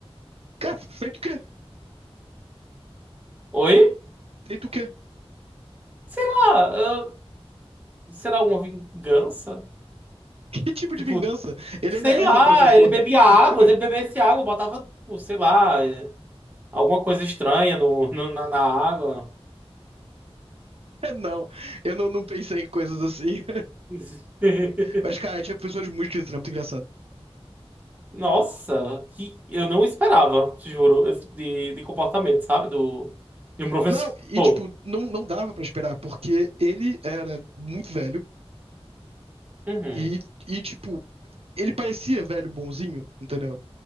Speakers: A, on the right; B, on the right.
A: cara, feito o quê?
B: Oi?
A: Feito o quê?
B: Sei lá, ah, será alguma vingança?
A: Que tipo
B: Tipo,
A: de vingança? Ele
B: sei
A: ainda é
B: lá,
A: seu professor.
B: ele bebia água,
A: <laughs>
B: se ele bebesse água, eu botava, tipo, sei lá, eh, alguma coisa estranha no, no- na, na água.
A: Não, eu não, não pensei em coisas assim.
B: <laughs>
A: Mas, cara, tinha professores muito esquisitos, era muito engraçado.
B: Nossa, que eu não esperava, te juro, esse tipo de, de comportamento, sabe? Do, de um professor.
A: Não,
B: <laughs>
A: e,
B: Pô.
A: tipo, não, não dava pra esperar, porque ele era muito velho
B: Uhum.
A: e, e, tipo, ele parecia velho bonzinho, entendeu?